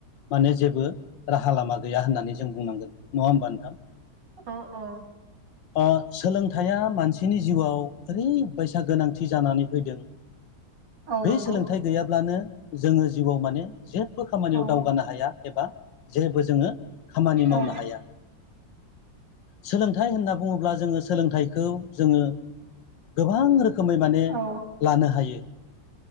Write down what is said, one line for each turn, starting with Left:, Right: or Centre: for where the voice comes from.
Left: माने जेबो राहा लामा गैया होननानै जों बुंनांगोन नङा होमबा नोंथां?
Right: औ औ।
Left: अ सोलोंथाइया मानसिनि जिउआव ओरैबायसा गोनांथि जानानै फैदों
Right: औ
Left: बे
Right: नंगौ
Left: सोलोंथाइ गैयाब्लानो जोङो जिउआव माने जेबो खामानियाव
Right: औ
Left: दावगानो हाया एबा जेबो जोङो खामानि मावनो
Right: औ
Left: हाया। सोलोंथाइ होनना बुङोब्ला जोङो सोलोंथाइखौ जोङो गोबां रोखोम रोखोमै माने
Right: औ
Left: लानो हायो।